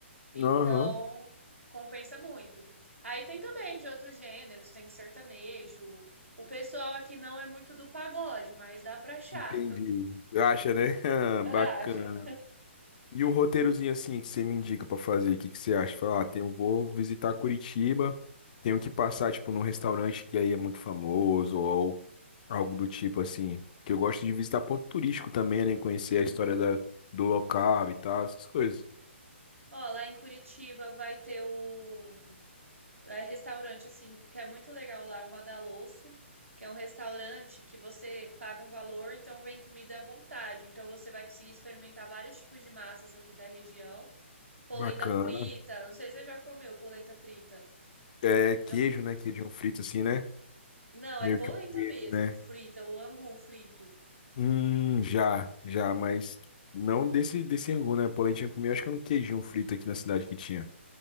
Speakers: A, on the right; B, on the left.
A: Então
B: Aham,
A: compensa muito. Aí tem também de outros gêneros, tem de sertanejo. O pessoal aqui não é muito do pagode, mas dá pra achar.
B: entendi. Acha, né?
A: <laughs>
B: <laughs>
A: Acha.
B: Bacana. E um roteirozinho assim que você me indica pra fazer, o que que você acha? Falar, ah, tenho, vou visitar Curitiba, tenho que passar, tipo, num restaurante que aí é muito famoso ou algo do tipo assim. Que eu gosto de visitar ponto turístico também, né? Conhecer
A: Uhum.
B: a história da, do local e tal, essas coisas.
A: Ó, lá em Curitiba vai ter o é restaurante assim, que é muito legal lá, é o Madalosso, que é um restaurante que você paga um valor, então vem comida à vontade. Então você vai conseguir experimentar vários tipos de massas aqui da região. Polenta
B: Bacana.
A: frita, não sei se você já comeu polenta frita.
B: É queijo,
A: Não,
B: né? Queijão frito assim, né?
A: não,
B: Meio
A: é polenta
B: que um queijo,
A: mesmo,
B: né?
A: frita, o angu frito.
B: Hum, já, já, mas não desse, desse angu, né? Polentinha comi, acho que era um queijinho frito aqui na cidade que tinha.